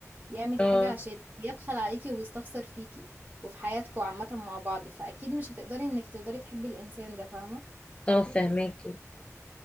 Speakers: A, on the right; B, on the left.
A: يعمل
B: اه
A: حاجة عشان يبخل عليكي ويستخسر فيكي وفي حياتكوا عامة مع بعض فأكيد مش هتقدري انك تقدري تحبي الإنسان ده فاهمة
B: طبعا فهماكي